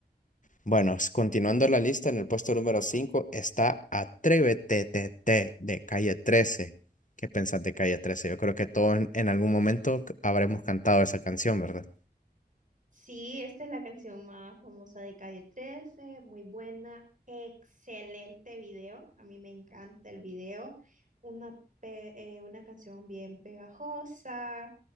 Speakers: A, on the left; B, on the right.
A: Bueno, s- continuando la lista, en el puesto número 5 está Atrévete TT de Calle trece ¿Qué pensás de Calle trece Yo creo que todos en, en algún momento c- habremos cantado esa canción, ¿verdad?
B: Sí, esta es la canción más famosa de Calle 13, muy buena, excelente video, a mí me encanta el video, una, pe- eh, una canción bien pegajosa,